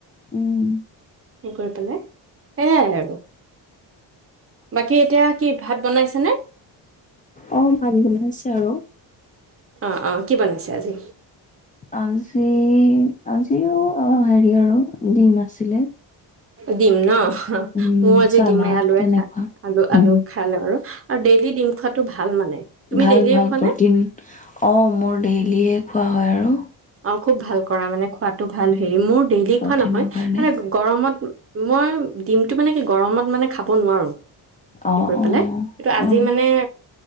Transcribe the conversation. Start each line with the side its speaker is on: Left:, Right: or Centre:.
Left: উম।
Right: কি কৰি পেলাই সয়াই আৰু বাকী এতিয়া কি ভাত বনাইছেনে।
Left: অহ ভাল বন আছে আৰু।
Right: অ', অ', কি বনাইছে আজি?
Left: আজি আজিও অ হেৰি আৰু ডিম আছিলে।
Right: দিম ন।
Left: উম
Right: মোৰ আজি
Left: চাল
Right: ডিমে আলুৱে
Left: তেনেকুৱা
Right: খা আলু আলু
Left: উ
Right: খালে আৰু আৰু ডেইলি ডিম খোৱাটো ভাল মানে। তুমি
Left: ভাল
Right: ডেইলিয়ে
Left: ভাল
Right: খোৱা
Left: প্ৰটিন
Right: নে?
Left: অ মোৰ ডেইলিয়ে খোৱা হয় আৰু
Right: অ খুব ভাল কৰা মানে খোৱাাতটো ভাল হয়। মোৰ ডেইলি
Left: প্ৰটিনৰ
Right: খোৱা নহয়
Left: কাৰণে
Right: মানে গৰমত মই। টিমটো মানে কি গৰমত মানে খাব নোৱাৰোঁ। সে
Left: অ'
Right: কৰি
Left: অ'
Right: পালাই কিটো আজি
Left: অ'
Right: মানে।